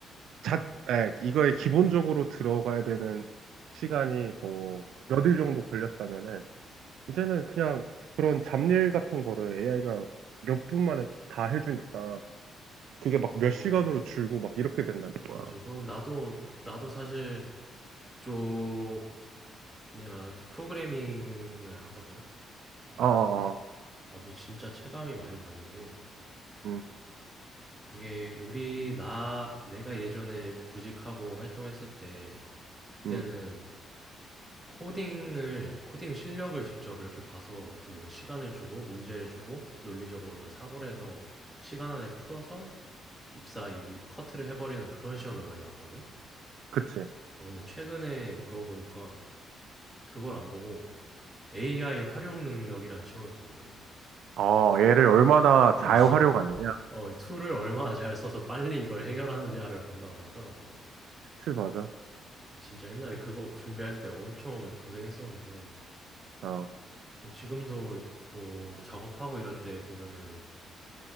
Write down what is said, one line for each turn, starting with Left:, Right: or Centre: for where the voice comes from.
Right: 자, 에, 이거에 기본적으로 들어가야 되는 시간이 뭐 몇 일 정도 걸렸다면은 이제는 그냥 그런 잡일 같은 거를 AI가 몇 분 만에 다 해주니까 그게 막
Centre: 어,
Right: 몇 시간으로 줄고 막 이렇게 된다는
Centre: 그래가지고
Right: 거야.
Centre: 나도 나도 사실 그쪽 내가 프로그래밍을 하거든. 그래서
Right: 어, 어, 어.
Centre: 나도 진짜 체감이 많이 되는 게
Right: 음,
Centre: 이게 우리 나 내가 예전에 구직하고 활동했을 때 그때는
Right: 음,
Centre: 코딩을 코딩 실력을 직접 이렇게 봐서 한 뭐 시간을 주고 문제를 주고 논리적으로 이걸 사고를 해서 시간 안에 풀어서 입사 이 커트를 해버리는 그런 시험을 많이 봤거든.
Right: 그치.
Centre: 아, 근데 최근에 물어보니까 그걸 안 보고 AI 활용 능력이라는 시험을 본대.
Right: 어, 얘를 얼마나
Centre: 어,
Right: 잘
Centre: <laughs>
Right: 활용하느냐.
Centre: 어, 툴을 얼마나 잘 써서 빨리 이걸 해결하느냐를 본다고 하더라고.
Right: 그치, 맞아.
Centre: 나 진짜 옛날에 그거 준비할 때 엄청 고생했었는데,
Right: 어,
Centre: 뭐 지금도 뭐 작업하고 이럴 때 보면은